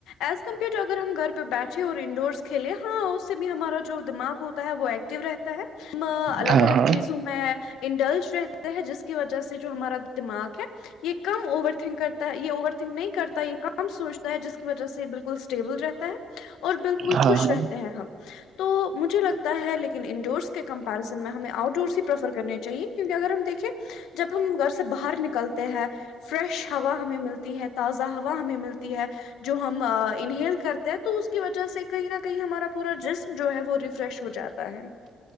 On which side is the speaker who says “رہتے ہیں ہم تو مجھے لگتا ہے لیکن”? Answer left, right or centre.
Left